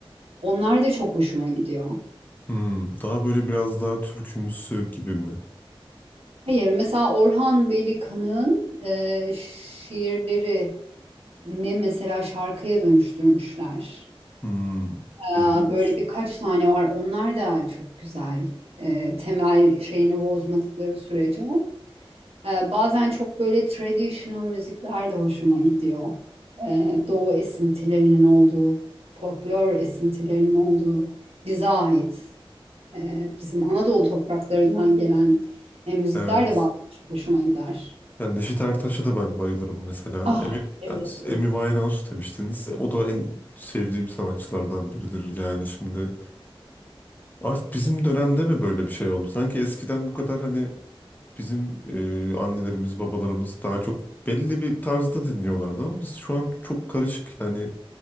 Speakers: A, on the right; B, on the left.
A: Onlar da çok hoşuma gidiyor.
B: Hmm, daha böyle biraz daha türkümsü gibi mi?
A: Hayır, mesela Orhan Veli-Kanık'ın e, şiirleri ne mesela şarkıya dönüştürmüşler.
B: Hmm, ilginç.
A: Ee, Böyle birkaç tane var. Onlar da çok güzel. Ee, Temel şeyini bozmadıkları sürece. Ee, bazen çok böyle traditional müzikler de hoşuma gidiyor. Ee, Doğu esintilerinin olduğu, folklor esintilerinin olduğu, bize ait, e, bizim Anadolu topraklarından gelen e, müzikler
B: Evet.
A: de bazen çok hoşuma gider.
B: Yani Neşet Ertaş'a da ben bayılırım mesela.
A: Ah,
B: Amy,
A: evet,
B: yani Amy
A: evet.
B: Winehouse demiştiniz. E, O da en sevdiğim sanatçılardan biridir yani şimdi. Artık bizim dönemde mi böyle bir şey oldu? Sanki eskiden bu kadar hani bizim e, annelerimiz, babalarımız daha çok belli bir tarzda dinliyorlardı ama biz şu an çok karışık yani